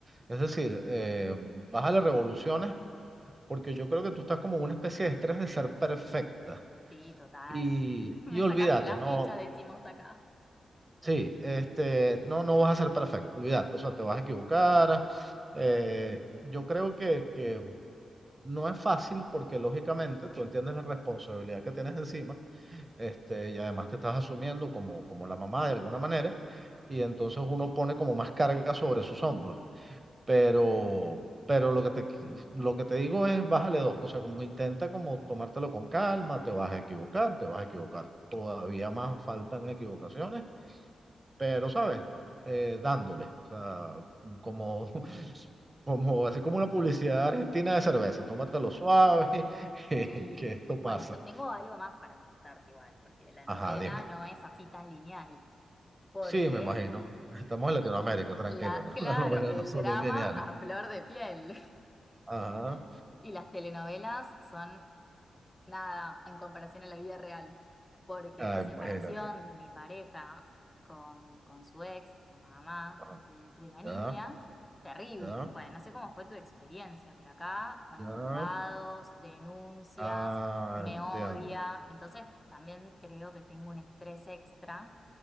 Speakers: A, on the right (about 30°); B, on the left (about 20°).
A: Es decir, eh, bájale revoluciones, porque yo creo que tú estás como en una especie de estrés de ser perfecta.
B: Sí, total.
A: Y,
B: <laughs> Me
A: y olvídate,
B: sacaste la
A: no,
B: fecha, decimos acá.
A: sí, este, no, no vas a ser perfecto, olvídate, o sea, te vas a equivocar. eh, yo creo que, que no es fácil porque lógicamente tú entiendes la responsabilidad que tienes encima este, y además te estás asumiendo como, como la mamá de alguna manera, y entonces uno pone como más carga sobre sus hombros. Pero, pero lo que te, lo que te digo es bájale dos, o sea, como que intenta como tomártelo con calma, te vas a equivocar, te vas a equivocar, todavía más faltan equivocaciones, pero sabes, eh, dándole, o sea, como... <laughs> Como, así como una publicidad argentina de cerveza, tómatelo suave, <laughs>
B: Sí.
A: que esto
B: Bueno,
A: pasa.
B: yo tengo algo más para contarte igual, porque la novela
A: Ajá, dime.
B: no es así tan lineal, porque
A: Sí, me imagino. Estamos en Latinoamérica, tranquilo,
B: la,
A: ¿no?
B: claro,
A: <laughs> Las novelas
B: el
A: no son
B: drama
A: lineales.
B: a flor de piel
A: Ajá.
B: <laughs> y las telenovelas son nada en comparación a la vida real, porque
A: Ah,
B: la separación
A: imagínate.
B: de mi pareja con, con su ex, la mamá
A: Ajá.
B: de, de la
A: Ya,
B: niña, terrible.
A: ya,
B: Bueno, no sé cómo fue tu experiencia, pero acá con
A: ya.
B: abogados, denuncias,
A: Ah,
B: me
A: entiendo.
B: odia,
A: ya.
B: entonces también creo que tengo un estrés extra,